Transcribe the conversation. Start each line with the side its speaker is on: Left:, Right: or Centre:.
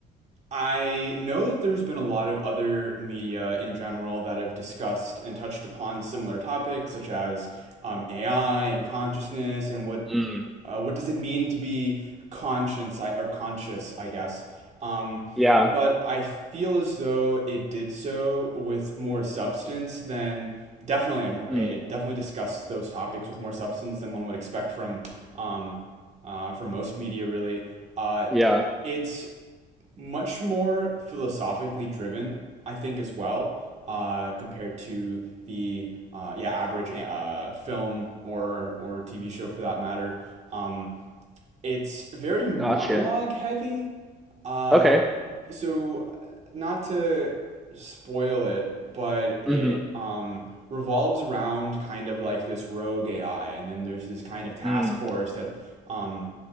Right: I know that there's been a lot of other media in general that have discussed and touched upon similar topics, such as um, AI and consciousness, and what
Centre: Mm,
Right: uh, what does it mean to be conscience I- or conscious, I guess. Um,
Centre: yeah.
Right: but I feel as though it did so with more substance than definitely
Centre: Mm,
Right: it definitely discussed those topics with more substance than one would expect from um, uh, from most media, really. Uh,
Centre: yeah.
Right: it's much more philosophically driven, I think, as well, uh, compared to the uh, yeah average uh, film or or TV show for that matter. Um, it's very monologue
Centre: Gotcha.
Right: heavy. Uh,
Centre: Okay.
Right: so not to spoil it, but it
Centre: hmm
Right: um revolves around kind of like this rogue AI, and then there's this kind of task
Centre: Mm,
Right: force that um